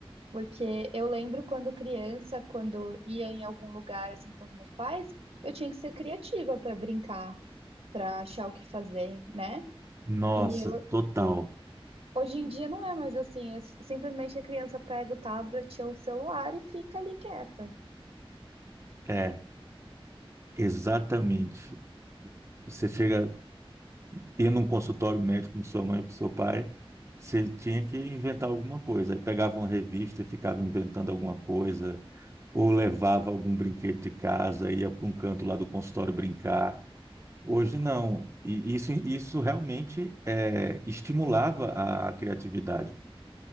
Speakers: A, on the right; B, on the right.
A: Porque eu lembro quando criança, quando ia em algum lugar assim com os meus pais, eu tinha que ser criativa para brincar, para achar o que fazer, né?
B: Nossa,
A: E eu
B: total.
A: Hoje em dia não é mais assim, é s- simplesmente a criança pega o tablet ou o celular e fica ali quieta.
B: É, exatamente. Você chega, ia num consultório médico com sua mãe ou com seu pai, você tinha que inventar alguma coisa. Aí pegava uma revista e ficava inventando alguma coisa, ou levava algum brinquedo de casa, ia para um canto lá do consultório brincar. Hoje não. E isso, isso realmente é, estimulava a criatividade.